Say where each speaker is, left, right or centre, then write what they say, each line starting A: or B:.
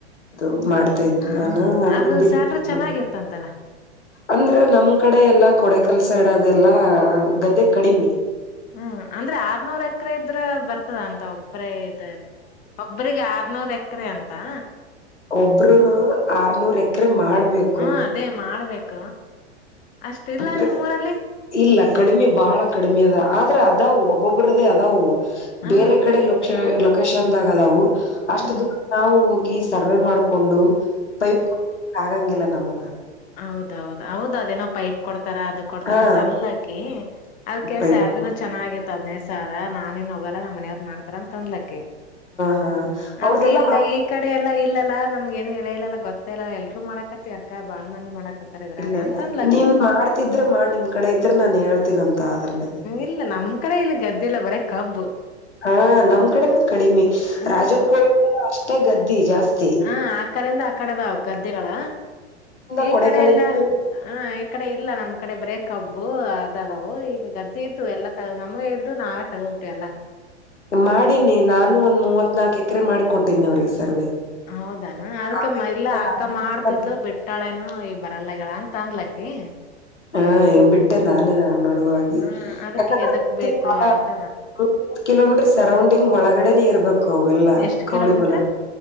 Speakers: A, on the left; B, on the left.
A: ಅದು ಮಾಡ್ತಾ ಇದ್ನ
B: ಹ
A: ನಾನು ಅದು ಬಿಟ್ಟಿಲ್ಲ
B: ಸ್ಯಾಲ್ರಿ ಚೆನ್ನಾಗಿತ್ತಂತಲ್ಲ
A: ಅಂದ್ರೆ ನಮ್ ಕಡೆ ಎಲ್ಲಾ ಕೊಡೆಕಲ್ ಸೈಡ್ ಅದೆಲ್ಲಾ ಗದ್ದೆ ಕಡಿಮೆ
B: ಹ್ಮ್ ಅಂದ್ರೆ ಆರ್ನೂರ್ ಎಕರೆ ಇದ್ರ ಬರ್ತದ ಅಂತ ಒಬ್ಬ್ರೆ ಇದ ಒಬ್ರಗೆ ಆರ್ನೂರ್ ಎಕರೆ ಅಂತಾ
A: ಒಬ್ರರು ರ ಆರ್ನೂರ್ ಎಕರೆ ಮಾಡ್ಬೇಕು
B: ಹ್ಮ ಅದೇ ಮಾಡ್ಬೇಕ ಅಷ್ಟ ಇಲ್ಲ
A: ಅಂದ್ರೆ
B: ನಿಮ್ಮ್ ಊರಲ್ಲಿ
A: ಇಲ್ಲ ಕಡಿಮೆ ಬಾಳ ಕಡಿಮೆ ಅದ ಆದ್ರೆ ಅದಾವು ಒಬ್ಬೊಬ್ರದೇ ಅದಾವು <unintelligible>
B: ಹ
A: ಬೇರೆ ಕಡೆ ಲೋ <unintelligible> ಲೊಕೇಶ್ನ್ದಾಗ ಅದಾವು ಅಷ್ಟು
B: ಹ್ಮ್
A: ದೂರ ನಾವು ಹೋಗಿ ಸರ್ವೆ ಮಾಡಕೊಂಡು ಪೈಪ್ <unintelligible> ಆಗಂಗಿಲ್ಲ ನಮಗ
B: ಹೌದೌದ ಹೌದ ಅದೇನೋ ಪೈಪ್ ಕೊಡ್ತಾರ ಅದಕ್ ಕೊಡ್ತಾರ
A: ಹಾ
B: ಅಂತ ಅಂದ್ಲಾಕಿ ಅದಕ್ಕೆ
A: ಪೈಪ್
B: ಸ್ಯಾಲ್ರಿನೂ
A: ಹ
B: ಚೆನ್ನಾಗಿ ಇತ್ ಹತ್ ಹದ್ನೈದ್ ಸಾವಿರ ನಾನೆನ್ ಹೋಗಲ್ಲ ನಮ್ಮ ಮನೆಯವರ್ ಮಾಡ್ತಾರ ಅಂತ ಅಂದ್ಲಕಿ
A: ಹಾ
B: <inaudible> ಅದಕ್ಕೆ
A: ಅವ್ರದೆಲ್ಲಾ
B: ಇಲ್ಲ ಈ ಕಡೆ ಎಲ್ಲಾ ಇಲ್ಲಲ್ಲ ನಮ್ಗ ಏನು ಹೆಳೆ ಇಲ್ಲಲ್ ಅಕ್ಕ್ ಗೊತ್ತೇಲ್ಲಾ ಎಲ್ರು ಮಾಡಕತ್ತವಿ ಅಕ್ಕ ಬಾಳ್ ಮಂದಿ ಮಾಡಾಕತ್ತಾರ್ ಇದ್ರಾಗ
A: ಇಲ್ಲ ಇಲ್ಲ
B: ಅಂತ ಅಂದ್ಲಕ್ಕಿ
A: ನೀನ್ ಮಾಡ್ತಿದ್ರ ಮಾಡ್ ನಿಮ್ ಕಡೆ ಇದ್ರೆ ನಾನ್ ಹೇಳ್ತೀನ ಅಂತ ಆದ್ರನೆ
B: ಇಲ್ಲ ನಮ್ ಕಡೆ ಇಲ್ಲಿ ಗದ್ದೆ ಇಲ್ಲ ಬರೇ ಕಬ್ಬ್
A: ಹಾ ನಮ್ ಕಡೆನು ಕಡಿಮೆ
B: ಹ
A: ರಾಜನ್ ಕೋಳ ಅಷ್ಟೇ ಗದ್ದಿ ಜಾಸ್ತಿ
B: ಹಾ ಆ ಕಡೆಯಿಂದ ಆ ಕಡೆಅದಾವ ಗದ್ದೆಗಳ
A: ಇಂದ
B: ಈ
A: ಕೊಡೆಕಾಲಿಂದ
B: ಕಡೆ ಎಲ್ಲ ಹ ಈ ಕಡೆ ಇಲ್ಲ ನಮ್ ಕಡೆ ಬರೆ ಕಬ್ಬು ಅದಾದವು ಗದ್ದೆ ಇದ್ವು ಎಲ್ಲ ತ ನಮ್ಗ ಇದ್ದು ನಾವೇ ತಗ್ಬಿಟ್ಟೆವಿ ಎಲ್ಲ
A: ಮಾಡೀನಿ ನಾನು ಒಂದ್ ಮೂವತ್ ನಾಕ್ ಎಕರೆ ಮಾಡಿ ಕೊಟ್ಟೀನಿ ಅವ್ರಿಗೆ ಸರ್ವೆ
B: ಹೌದನ ಅದ್ಕ
A: ಹ
B: ಮ ಇಲ್ಲ ಅಕ್ಕ ಮಾಡ್ತಿದ್ಲು ಬಿಟ್ಟ್ ಬಿಟ್ಟಾಳೆನು ಈಗ ಬರಲ್ಲ ಆಗೆಳ ಅಂತ ಅಂದ್ಲಕೀ
A: ಹಾ ಬಿಟ್ಟೆ ನಾನೇ ನಡುವಾಗಿ
B: ಹ ಅದಕ್ಕೆ
A: ಯಾಕಂದ್ರೆ
B: ಎದಕ್
A: <unintelligible>
B: ಬಿಟ್ಲು ಅಂತ
A: <unintelligible> ಕಿಲೋಮೀಟರ್ ಸರೌಂಡಿಂಗ್ ಒಳಗಡೆನೆ ಇರಬೇಕ್ ಅವೆಲ್ಲ
B: ಎಷ್ಟ್
A: ಕೌಳಿ
B: ಕಿಲೋಮೀಟ್ರ
A: ಬಲಗ